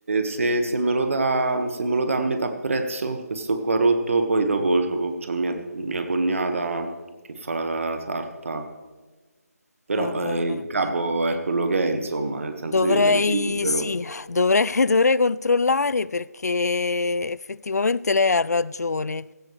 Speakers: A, on the right (about 50°); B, on the left (about 75°).
A: se- se me lo dà, se me lo dà a metà prezzo, questo qua rotto, poi dopo c'ho, c'ho mia, mia cognata che fa la sarta, però
B: eh,
A: eh, il capo è quello che è, insomma, nel senso
B: dovrei,
A: io ve ne libero.
B: sì, dovrei, <laughs> dovrei controllare perché effettivamente lei ha ragione,